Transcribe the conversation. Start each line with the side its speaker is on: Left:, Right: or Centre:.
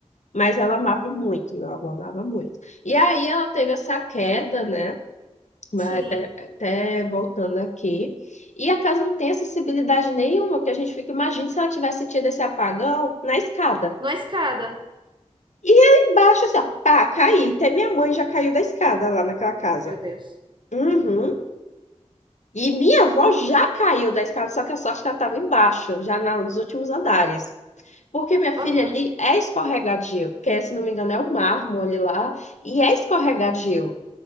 Left: Mas ela amava muito, meu avô amava muito. E aí ela teve essa queda, né? Mas
Right: Sim.
Left: Até, até voltando aqui. E a casa não tem acessibilidade nenhuma, porque a gente fica, imagina se ela tivesse tido esse apagão na escada.
Right: Numa escada.
Left: E aí embaixo, assim, ó, pá, caí. Até minha mãe já caiu da escada lá naquela casa.
Right: Meu Deus.
Left: Uhum. E minha avó já caiu da escada, só que a sorte é que ela estava embaixo, já nos últimos andares. Porque minha filha
Right: Aham.
Left: ali é escorregadio, que é, se não me engano é o mármore lá, e é escorregadio.